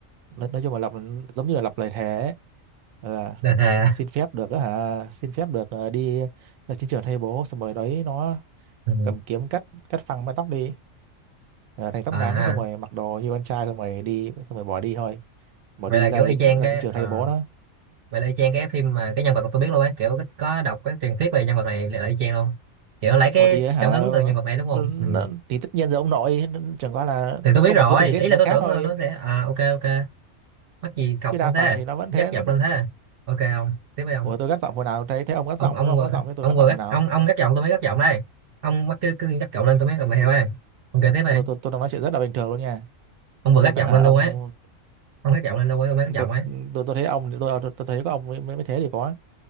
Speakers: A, on the right; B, on the right.
A: nói, nói chung là lặp giống như là lặp lời thề ấy. Ờ,
B: Đa thề
A: xin phép được á hả xin phép được ờ, đi ra chiến trường thay bố xong rồi đấy nó
B: ừ.
A: cầm kiếm cắt cắt phăng mái tóc đi ờ, thành tóc
B: à
A: ngắn xong rồi mặc đồ như con trai xong rồi đi xong rồi bỏ đi thôi bỏ
B: vậy
A: đi
B: là
A: ra
B: kiểu
A: lính
B: y chang
A: ra
B: cái
A: chiến trường
B: ờ
A: thay bố đó
B: vậy là y chang cái phim mà cái nhân vật mà tôi biết luôn ấy kiểu có đọc cái truyền thuyết về nhân vật này là y chang luôn kiểu nó lấy cái
A: Ủa thì hả
B: cảm hứng từ nhân vật này đúng không
A: nó,
B: ừ.
A: thì tất nhiên giờ ông nội chẳng qua là
B: thì tôi biết
A: có
B: rồi
A: một số tình tiết
B: ý
A: thì
B: là
A: nó
B: tôi
A: khác
B: tưởng
A: thôi
B: là nó sẽ à ok ok mắc gì cọc
A: chứ đa
B: luôn
A: phần
B: thế
A: thì nó vẫn
B: gắt
A: thế
B: dọc lên thế ok không tiếp đi ông
A: Ủa tôi gắt giọng hồi nào thấy thấy ông gắt
B: ông
A: giọng
B: ông
A: có ông
B: vừa
A: gắt giọng với tôi
B: ông
A: gắt
B: vừa
A: giọng
B: gắt
A: hồi nào
B: ông ông gắt giọng tôi mới gắt giọng đây ông mắc cứ cứ gắt giọng lên tôi mới gắt mày heo ấy ông kể tiếp đi
A: tôi tôi tôi đang nói chuyện rất là bình thường luôn nha
B: ông
A: tự
B: vừa
A: nhiên
B: gắt giọng
A: nó hả
B: lên luôn
A: ông
B: ấy ông gắt giọng lên luôn ấy tôi mới gắt giọng
A: tôi
B: ấy
A: tôi, tôi thấy ông tôi, tôi, thấy có ông mới, mới mới thế thì có